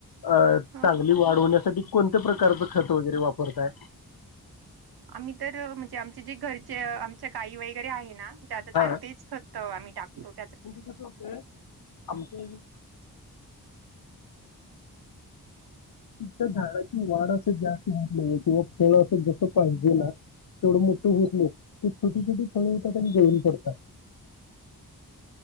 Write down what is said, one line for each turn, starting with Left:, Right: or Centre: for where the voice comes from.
Left: अ
Right: ह
Left: चांगली वाढ होण्यासाठी साठी कोणत्या प्रकारचं खत वगैरे वापरताय?
Right: आम्ही तर म्हणजे आमचे जे घरचे आमच्या गाई वगैरे आहे ना. ज्यादा
Left: हा
Right: तर तेच खत आम्ही टाकतोत.
Left: म्हणजे कसं होतंय आमच्या इ <unintelligible> त्या झाडाची वाढ अस जास्त <unintelligible> तेवढं असं जस पाहिजे ना तेवढं मोठं होत नाय. ते छोटी छोटी फळं येतात आणि गळून पडतात.